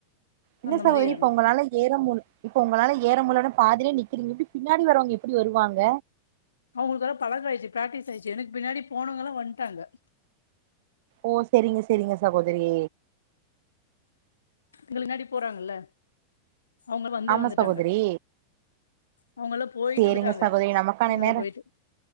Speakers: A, on the right; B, on the left.
A: என்ன
B: அந்த
A: சகோதரி
B: மாரி ஏறணும்
A: இப்ப உங்களால ஏறம் இப்ப உங்களால ஏற முடியல பாதிலே நிக்கிறீங்க எப்டி பின்னாடி வரவங்க எப்டி வருவாங்க
B: அவுங்களுக்கெல்லா பழக்கோ ஆயிருச்சு பிராக்டிஸ் ஆயிருச்சு எனக்கு பின்னாடி போனவங்க எல்லா வந்ட்டாங்க
A: ஓ செரிங்க செரிங்க சகோதரி
B: எங்களுக்கு முன்னாடி போறாங்கல்ல அவுங்க வந்தே
A: ஆமா
B: வந்துட்டாங்க
A: சகோதரி
B: அவுங்கெல்லா போயிட்டு
A: சேரிங்க
B: வந்துட்டாங்க
A: சகோதரி நமக்கான
B: மேல
A: நேர
B: போயிட்டு